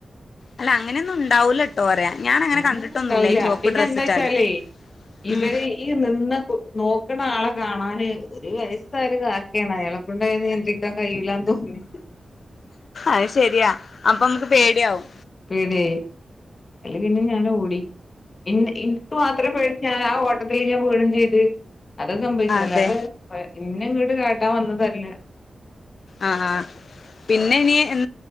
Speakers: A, on the left; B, on the left.
A: അല്ല അങ്ങനെയൊന്നും ഇണ്ടാവൂല ട്ടോ പറയാ ഞാൻ അങ്ങനെ
B: അങ്ങനെയൊന്നും
A: കണ്ടിട്ടൊന്നും
B: ഉണ്ടാവില്ല
A: ഇല്ല ഈ ചുവപ്പ്
B: പിന്നെ
A: ഡ്രെസ്സിട്ടാല്
B: എന്താച്ചാലേ ഇവര്
A: ഉം
B: ഈ നിന്ന നോക്ക്ണ ആളെ കാണാന് ഒരു വയസ്സായൊരു കാക്കേണ് അയാളെക്കൊണ്ട് അയിനെ നിയന്ത്രിക്കാൻ കഴയ്യൂലാന്ന് തോന്നി.
A: അത് ശരിയാ അപ്പം പേടിയാവും.
B: പേടിആയിഅയില് പിന്നെ ഞാന് ഓടി ഇൻ ഇൻക്ക് മാത്രേ പേടിണ്ടാ ആ ഓട്ടത്തില് ഞാൻ വീഴും ചയ്ത് അതാ സംഭവിച്ചത്.
A: അതെ
B: അല്ലാതെ അ ഇന്നെ ഇങ്ങട് കാട്ടാം വന്ന തല്ല
A: അ ആഹ് പിന്നെ ഇനി എൻ